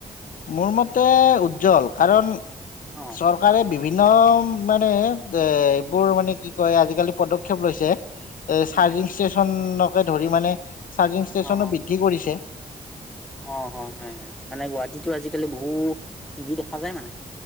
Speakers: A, on the left; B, in the centre.
A: মোৰ মতে উজ্জ্বল কাৰণ
B: অ
A: চৰকাৰে বিভিন্ন মানে এইবোৰ মানে কি কয় আজিকালি পদক্ষেপ লৈছে। এ
B: হয়
A: চাৰ্জিং ষ্টেচন, ধৰি মানে চাৰ্জিং ষ্টেচনো
B: অ
A: বৃদ্ধি কৰিছে।
B: অ হয় হয় হয় মানে গুৱাহাটীতো আজিকালি বহুত ইভি দেখা যায় মানে